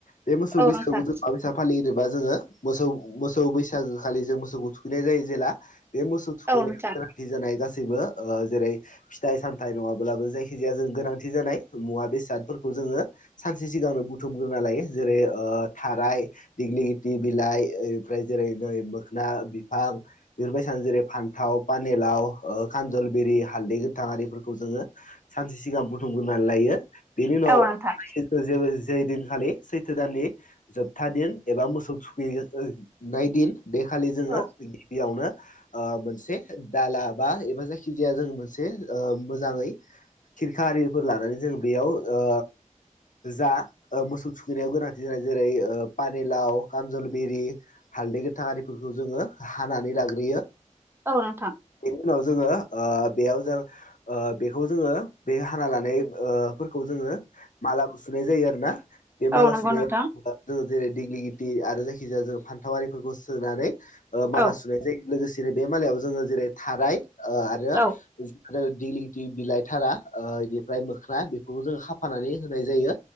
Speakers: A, on the left; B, on the right.
A: बे मोसौ
B: औ
A: बैसागुखौ
B: नोंथां
A: जों <unintelligible> फालिनोबा जोङो मोसौ मोसौ बैसागो खालि जों मोसौखौ थुखैनाय जायो जेला बे मोसौ थुखैनाय
B: औ नोंथां
A: सांथि जानाय गासैबो ओ जेरै फिथाइ सामथाय नङाब्लाबो जायखि जाया जों गोनांथि जानाय मुवा बेस सादफोरखौ जोङो सानसे सिगांनो बुथुमग्रोना लायो जेरै ओ थाराय। दिग्लि लिथि बिलाइ ओनिफ्राय जेरै नै मोखोना बिफां। बेफोरबायसानो जेरै फान्थाव पानिलाव ओ खानजलबेरि हालदै गोथां आरिफोरखौ जोङो सानसे सिगां बुथुमग्रोनानै लायो बेनि उनाव
B: औ नोंथां
A: जे जै दिनखालि सैथ्र दाननि जोबथा दिन एबा मोसौ थुखैनाय दिन बेखालि जोङो
B: औ
A: गिबियावनो ओ मोनसे दाला बा एबा जायखि जाया जों मोनसे ओ मोजाङै खिरखा आरिफोर लानानै जों बेयाव ओ जा ओ मोसौ थुखैनायाव गोनांथि जानाय जेरै ओ पानिलाव कानजलबेरि हालदै गोथां आरिफोरखौ जोङो हानानै लाग्रोयो।
B: औ नोंथां।
A: बेनि उनाव जोङो ओ बेयाव जों ओ बेखौ जोङो बे हाना लानाय ओ फोर खौ जोङो माला सुनाय जायो आरोना बे माला
B: औ नंगौ
A: सुनायाव
B: नोंथां
A: जोङो जेरै दिग्लि लिथि आरो जायखि जाया जों फान्थाव आरिफोरखौ सोनानै ओ माला
B: औ
A: सुनाय। जाय लोगोसेनो बे मालायाव जोङो जेरै थाराय ओ आरो
B: औ
A: <unintelligible> <unintelligible> बिलाइथारा ओ बेनिफ्राय मोख्रा बेफोरखौ जों खाफानानै होनाय जायो।